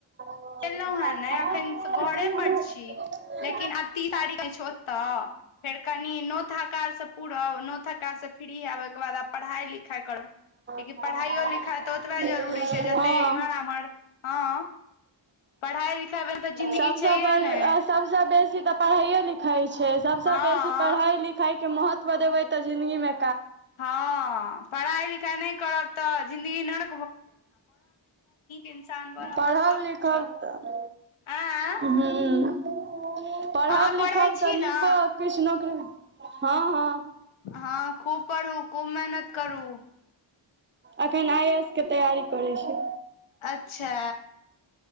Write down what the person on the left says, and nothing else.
गेलहुं हें ने अखन घरे पर छी लेकिन आब तीस तारीख के छै। ओतऽ फेर कनि नौत हकार सब पुरब नौत हकार सेश फ्रि आब ओहिके बाद आब पढ़ाइ-लिखाइ करब कियाकि
पढ़ाइयो लिखाइ तऽ
ओतबे जरूरी छै। जते इम्हर आम्हर हँ पढ़ाई लिखाई बिना तऽ जिन्दगी
छैहे
ने
हँ
हँ पढ़ाई लिखाई नहि करब तऽ जिंन्दगी नर इन्सान बनब
तऽ सब
पूछत
आँ
अहाँ पढ़ै
छी
ने
हँ खूब पढ़ू खूब मेहनत करू
अच्छा